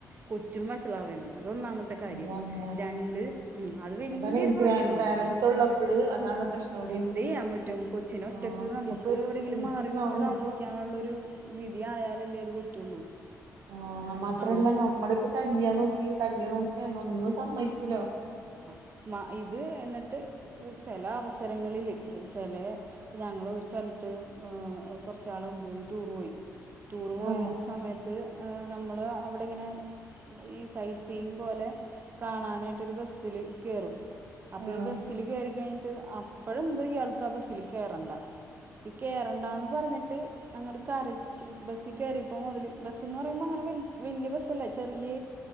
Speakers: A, on the right; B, on the right.
A: കൊച്ചും വഷളാവാണ് അതൊന്നാമത്തെ - കാര്യം
B: അതാണ്
A: രണ്ട് അത് വലിയൊരു
B: അതാണ് ഈ
A: പ്രശ്നമാണ്
B: ഗ്രാൻഡ് പാരൻസ് ഉള്ളപ്പോഴ് അതാണ് പ്രശ്നോടി
A: എന്ത് ചെയ്യാൻ പറ്റും കൊച്ചിനെ
B: ആഹ്
A: ഒറ്റക്ക് നമുക്ക്
B: ഇപ്പൊ
A: എവിടെയെങ്കിലും
B: എനിക്ക്
A: മാറി നിന്ന് താമസിക്കാനുള്ളൊരു
B: ഇപ്പൊ
A: വിധി ആയാലല്ലേ അത് പറ്റുള്ളൂ
B: ആഹ് മാത്രല്ല
A: അങ്ങനെ
B: നമ്മളിപ്പോ കല്യാണം നോക്കിയാല് കല്യാണം നോക്കിയായൊന്നും സമ്മതിക്കൂല
A: ആഹ് ഇത് എന്നിട്ട് ചില അവസരങ്ങളില് ചില ഞങ്ങള് ഒരു സ്ഥലത്ത് കുറച്ചാള് മുമ്പ് ഒരു ടൂർ പോയി ടൂറ് പോയ
B: ആഹ്
A: സമയത്ത് നമ്മള് അവിടെ ഇങ്ങനെ ഈ സൈറ്റ് സീൻ പോലെ കാണാനായിട്ട് ഒരു ബസില് കേറും അപ്പ
B: ആഹ്
A: ഈ ബസില് കേറിക്കഴിഞ്ഞിട്ട് അ അപ്പഴിണ്ട് ഈ ആൾക്ക് ആ ബസ്സിൽ കേറണ്ട കേറണ്ടാന്ന് പറഞ്ഞിട്ട് അങ്ങനെ കരച്ചിൽ ബസ്സിൽ കയറിയപ്പ മുതല് ബസിന്ന് പറയുമ്പോ അങ്ങനെ വല്യ ബസ്സല്ല ചെറിയ